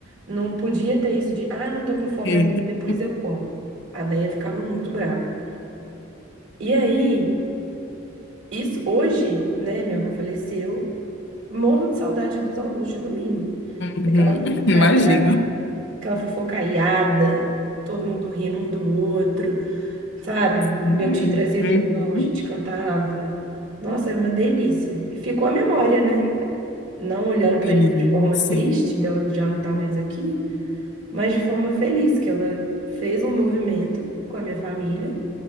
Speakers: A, on the right; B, on the left.
A: Não podia ter isso de, ah, não tô com fome
B: Sim.
A: agora, depois eu como. A véia ficava muito brava. E aí, isso hoje, né? Minha avó faleceu. Morro de saudade dos almoços de domingo.
B: Uhum.
A: Daquela fofocaiada,
B: Imagino.
A: aquela fofocaiada, todo mundo rindo um do outro, sabe?
B: Sim.
A: Meu tio trazia
B: Uhum.
A: violão, a gente cantava. Nossa, era uma delícia. E ficou a memória, né? Não olhando para
B: Sim,
A: isso de forma
B: sim.
A: triste, dela já não tá mais aqui, mas de forma feliz, que ela fez um movimento com a minha família